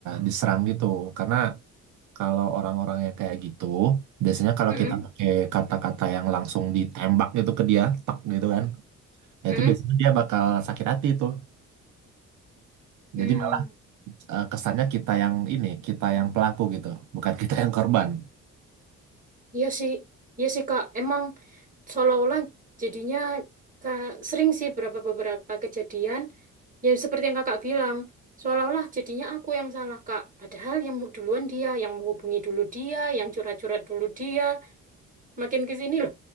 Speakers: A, on the right; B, on the right.
A: diserang gitu karena kalau orang-orang yang kayak gitu biasanya kalau
B: Mm-mm.
A: kita Hmm. pakai kata-kata yang langsung ditembak gitu ke dia tek gitu kan ya
B: Mm-mm.
A: itu biasanya dia bakal sakit hati tuh
B: Mm.
A: jadi malah eh, kesannya kita yang ini kita yang pelaku gitu bukan kita yang korban
B: Iya sih, iya sih Kak. Emang seolah-olah jadinya Kak, sering sih beberapa beberapa kejadian yang seperti yang Kakak bilang, seolah-olah jadinya aku yang salah Kak. Padahal yang mu- duluan dia, yang menghubungi dulu dia, yang curhat-curhat dulu dia. Makin ke sini loh,